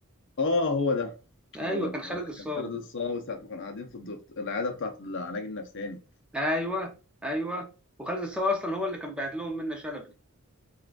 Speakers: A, on the left; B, in the centre.
A: اه هو ده
B: ايوه
A: هو ده
B: كان خالد
A: هو ده
B: الصاوي
A: كان خالد الصاوي ساعة ما كانوا قاعدين في الدكتور العيادة بتاعة العلاج النفساني
B: ايوه ايوه وخالد الصاوي اصلا هو اللي كان بعت لهم منة شلبي